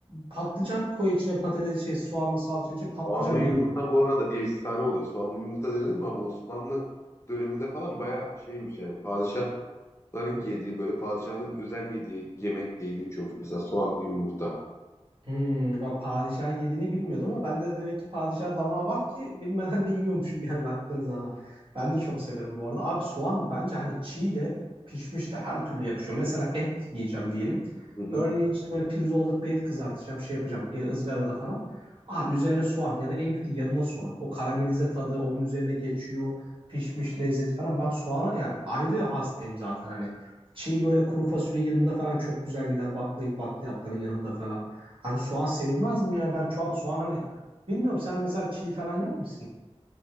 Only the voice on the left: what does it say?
Soğanlı
yumurta bu arada efsane oluyor. Soğanlı yumurta denedim mi abi Osmanlı döneminde falan bayağı şeymiş yani padişahların yediği böyle padişahın özel yediği yemek diye geçiyormuş mesela soğanlı yumurta.
Hı hı.